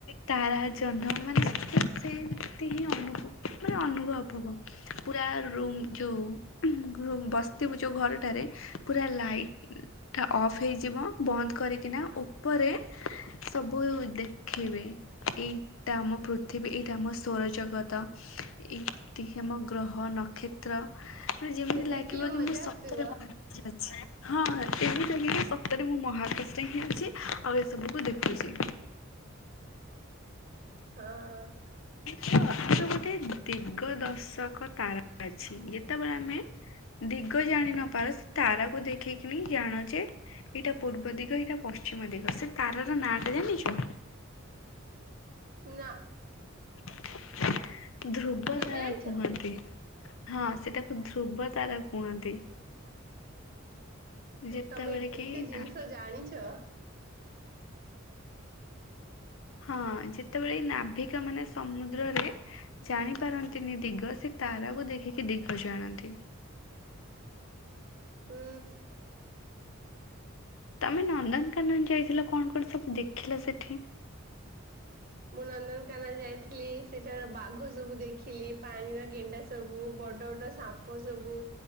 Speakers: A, on the left; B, on the right.
A: ତାରା ଜନ୍ମ ମାନେ ସେମିତି ହିଁ ଅନଭ ପୁର ଅନୁଭବ ହବ ପୁରା ରୁମ ଯୋଉ ବସିବୁ ଯୋଉ ଘରଟାରେ ପୁରା ଲାଇଟ୍ ଅଫ୍ ହେଇଯିବ ବନ୍ଦ କରିକିନା ଉପରେ ସବୁ ଦେଖିବେ ଏଇଟା ଆମ ପୃଥିବୀ ଏଇଟା ଆମ ସ୍ୱରଜଗତ ଏଇତିକି ଆମ ଗ୍ରହ ନକ୍ଷତ୍ର ଯେମିତି
B: ସେ ଦେଖିଲେ
A: ଲାଗିବ
B: ମଜା
A: କି ମୁଁ ସତରେ
B: ଆସିବ
A: ମରିଚି ହଁ ଏମତି ଲାଗିବ ଯେ ସତରେ ମୁଁ ମହାକାଶ ହିଁ ଅଛି ଆଉ ଏସବୁକୁ ଦେଖ ଖୁଚି
B: ହଁ ଅ
A: ହ ଆମର ଗୋଟେ ଦିଗ ଦର୍ଶକ ତାରା ଅଛି ଯେତେବେଳେ ଆମେ ଦିଗ ଜାଣି ନପାରୁ ସେ ତାରାକୁ ଦେଖିକିନି ଜାଣୁଚେ ଏଇଟା ପୂର୍ବ ଦିଗ ଏଇଟା ପଶ୍ଚିମ ଦିଗ ସେ ତାରାର ନାଁ ଟା ଜାଣିଛ?
B: ନା
A: <inaudible> ଧ୍ରୁବ
B: ତମେ
A: ତାରା
B: ଜାଣିଛ
A: କୁହନ୍ତି, ହଁ ସେଟାକୁ ଧ୍ରୁବ ତାରା କୁହନ୍ତି, ଯେତେବେଳେ
B: ତମେ
A: କି
B: ଏତେ ଜିନିଷ
A: ନା
B: ଜାଣିଛ, ହ
A: ହଁ ଯେତେବେଳେ ନାଭିକ ମାନେ ସମୁଦ୍ରରେ ଜାଣିପାରନ୍ତିନି ଦିଗ ସେ ତାରାକୁ ଦେଖିକି ଦିଗ ଜାଣନ୍ତି,
B: ହୁଁ
A: ତମେ ନନ୍ଦନକାନନ ଯାଇଥିଲ କଣ କଣ ସବୁ ଦେଖିଲା ସେଠି?
B: ମୁଁ ନନ୍ଦନକାନ ଯାଇଥିଲି ସେଠାରେ ବାଘ ସବୁ ଦେଖିଲି ପାଣିର ଗେଣ୍ଡା ସବୁ ବଡ ବଡ ସାପ ସବୁ